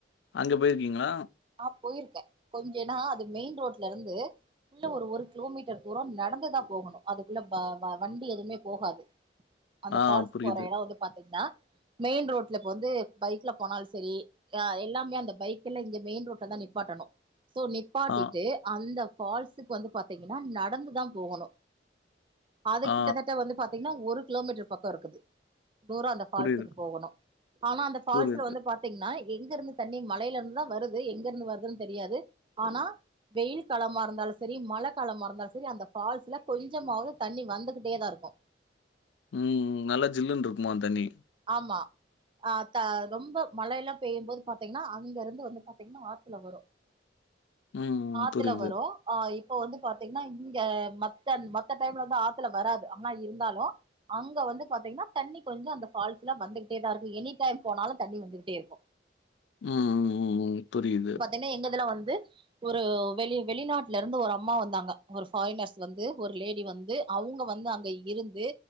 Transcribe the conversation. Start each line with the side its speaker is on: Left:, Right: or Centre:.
Left: அங்க பேயிருக்கீங்களா
Right: ஆ போயிருக்கே கொஞ்சனா அது மெயின் ரோட்லருந்து உள்ள ஒரு ஒரு கிலோமீட்டர் தூரம் நடந்துதா போகணு அதுக்குள்ள வ வண்டி எதுவுமே போகாது அந்த
Left: ஆ
Right: ஃபால்ஸ்
Left: புரியுது.
Right: போற எடவந்து பாத்தீங்ன்னா மெயின் ரோட்ல ப்ப வந்து பைக்ல போனாலு சரி அ எல்லாமே அந்த பைக் எல்லா இங்க மெயின் ரோட்ல தா நிப்பாட்டணு சோ நி ப்பாட்டிட்டு
Left: ஆ,
Right: அந்த ஃபால்ஸுக்கு வந்து பாத்தீங்கன்னா நடந்துதா போகணு அது
Left: ஆ
Right: கிட்டத்தட்ட வந்து பாத்தீங்னா ஒரு கிலோமீட்டர் பக்கோ இருக்குது தூர அந்த ஃபால்ஸுக்கு
Left: புரியுது,
Right: போகணு ஆனா அந்த ஃபால்ஸ்ல
Left: புரியுது.
Right: வந்து பா த்தீங்னா எங்க இருந்து தண்ணி மலைல இருந்துதா வருது எங்க இருந்து வருதுன்னு தெரியாது ஆனா வெயில் காலமா இருந்தாலு சேரி மழ காலமா இருந்தாலு சேரி அந்த ஃபால்ஸ்ல கொஞ்சமாவது தண்ணி வந்துகிட்டே தா இருக்கு
Left: ம் நல்லா ஜில்லுன்ருக்குமா அந்த தண்ணி
Right: ஆமா ஆ த ரொம்ப மழ எல்லா பெய்யும்போது பாத்தீங்னா அங்க இருந்து வந்து பாத்தீங்னா ஆத்துல வரு
Left: ம், ம்.
Right: ஆத்துல
Left: புரியுது.
Right: வரு ஆ இப்போ வந்து பாத்தீங்னா இங்க மத்த மத்த டைம்ல வந்து ஆத்துல வராது ஆனா இருந்தாலு அங்க வந்து பாத்தீங்னா தண்ணி கொஞ்சோ அந்த ஃபால்ஸ்ல வந்துகிட்டே தா இருக்கு எனி டைம் போனாலு தண்ணி வந்துகிட்டே இருக்கு
Left: ம் ம் ம் புரியுது
Right: ஏனா எங்கதுலா வந்து ஒரு வெளி வெளிநாட்ல இருந்து ஒரு அம்மா வந்தாங்க ஒரு ஃபாரினர்ஸ் வந்து ஒரு லேடி வந்து அவுங்க வந்து அங்க இருந்து